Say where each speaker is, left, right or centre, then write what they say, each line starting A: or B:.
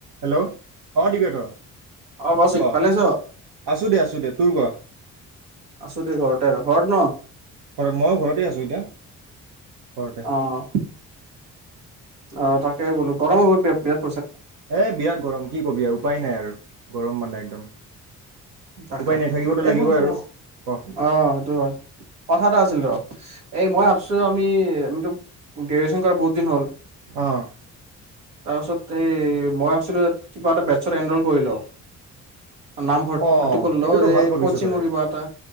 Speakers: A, on the right (about 70°); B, on the right (about 85°).
A: Hello? অ', দিবেৰ্থ
B: অ কৌশিক
A: ক।
B: ভালে আছ?
A: আছোঁ দে, আছো দে, তোৰ ক?
B: আছো দে ঘৰতে, ঘৰত ন?
A: ঘৰত, ময়ো ঘৰতে আছোঁ এতিয়া। ঘৰতে
B: অ' অ তাকে বোলো গৰম হব পেপ পেপ
A: এ বিৰাট গৰম কি কবি আৰু উপায় নাই আৰু। গৰম মানে একদম।
B: তাকে।
A: উপায় নাই থাকিবতো
B: এ
A: লাগিবই
B: শুনছোন
A: আৰু
B: ক
A: ক
B: অ সেইটো হয়, কথা এটা আছিল ৰ এই মই ভাবছো আমি আমিতো গ্ৰেজুুৱেচন কৰা বহুত দিন হল
A: অ
B: তাৰপাছত এই মই ভাবছিলো কিবা এটা বেটছত এনল কৰি লওঁ। না ভৰ্তি
A: অ
B: কল্লো
A: সেইটোতো
B: যে
A: ভাল ভাবিছ
B: কচিঙৰ
A: তই
B: কিবা এটা